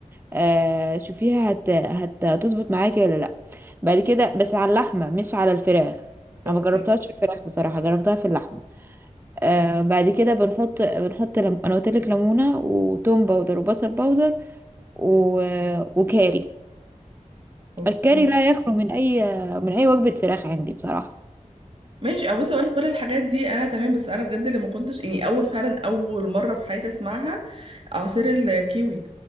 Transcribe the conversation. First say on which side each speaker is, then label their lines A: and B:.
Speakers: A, on the right; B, on the right.
A: آه شوفيها هت... هت... هتظبط معاكي ولا لا بعد كده بس على اللحمة مش على الفراخ انا
B: اوكي
A: ما جربتهاش في الفراخ بصراحة جربتها في اللحمة آه بعد لم... انا قلت لك ليمونة وتوم باودر وبصل باودر و... وكاري
B: اوكي
A: الكاري لا يخلو من اي من اي وجبه فراخ عندي بصراحه
B: ماشي ابص انا كل الحاجات دي انا تمام بس انا بجد اللي ما كنتش يعني اول فعلا اول مره في حياتي اسمعها عصير الكيوي